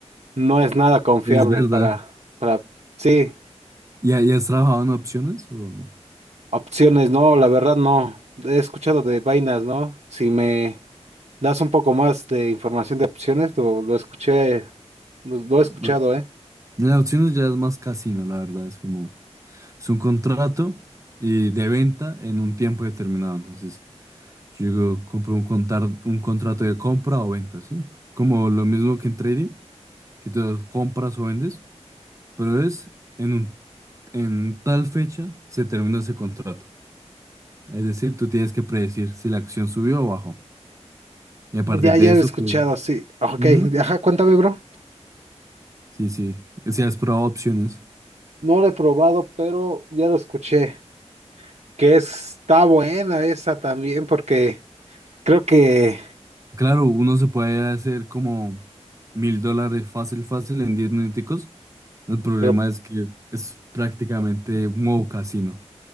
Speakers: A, on the right; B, on the right.
A: no es nada confiable
B: es verdad.
A: para, para, sí,
B: ¿Y ha- y has trabajado en opciones o no?
A: opciones, no, la verdad no. He escuchado de vainas, ¿no? Si me das un poco más de información de opciones, lo, lo escuché, lo, lo he escuchado,
B: No,
A: ¿eh?
B: Las opciones ya es más casino, la verdad, es como, es un contrato y de venta en un tiempo determinado, entonces yo digo, compro un, contar, un contrato de compra o venta, ¿sí? Como lo mismo que en trading. que tú compras o vendes, pero es en un, en tal fecha se termina ese contrato. Es decir, tú tienes que predecir si la acción subió o bajó. Y a partir
A: Ya, ya
B: de eso,
A: lo he escuchado,
B: pues,
A: sí. Ok,
B: ujú,
A: ajá, cuéntame, bro.
B: Sí, sí. Si has probado opciones.
A: No lo he probado, pero ya lo escuché. Que está buena esa también, porque creo que...
B: Claro, uno se puede hacer como mil dólares fácil, fácil en 10 minuticos. El problema
A: Pero
B: es que es prácticamente un modo casino.